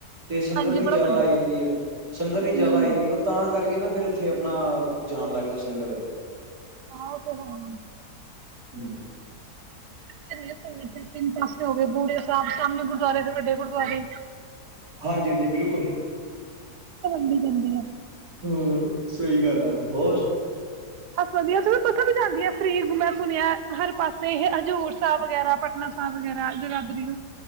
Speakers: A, on the right (about 60°); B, on the right (about 80°).
A: ਤੇ ਸੰਗਤ
B: ਹਾਂਜੀ
A: ਵੀ
B: ਬੜਾ
A: ਜ਼ਿਆਦਾ
B: ਵੱਡਾ
A: ਆ ਜਾਂਦੀ ਹੈ, ਸੰਗਤ ਵੀ
B: ਹਮ
A: ਜ਼ਿਆਦਾ ਆ ਜਾਂਦੀ, ਉਹ ਤਾਂ ਕਰਕੇ ਨਾ ਫਿਰ ਉੱਥੇ ਆਪਣਾ ਜਾਣ ਲੱਗ ਗਈ ਸੰਗਤ।
B: ਆਹੋ ਤੋਂ <unintelligible> ਹਾਂ
A: ਹੂੰ।
B: <unintelligible> ਤਿੰਨ ਪਾਸੇ ਹੋ ਗਏ, ਬੂੜੇ ਸਾਹਿਬ ਸਾਹਮਣੇ ਗੁਰਦੁਆਰੇ, ਫਿਰ ਵੱਡੇ ਗੁਰਦੁਆਰੇ।
A: ਹਾਂਜੀ ਹਾਂਜੀ ਬਿਲਕੁਲ।
B: ਤੁਹਾਡੀ ਗੰਦੀ ਏ।
A: ਹੋਰ ਸਹੀ ਗੱਲ ਆ ਹੋਰ।
B: ਬਸ ਵਧੀਆ। ਬੱਸਾਂ ਵੀ ਜਾਂਦੀ ਹੈ ਫ੍ਰਰੀ <unintelligible> ਸੁਣਿਆ ਹਰ ਪਾਸੇ ਹੀ ਹਜ਼ੂਰ ਸਾਹਿਬ ਵਗੈਰਾ, ਪਟਨਾ ਸਾਹਿਬ ਵਗੈਰਾ, ਜਗਾਦਰੀ।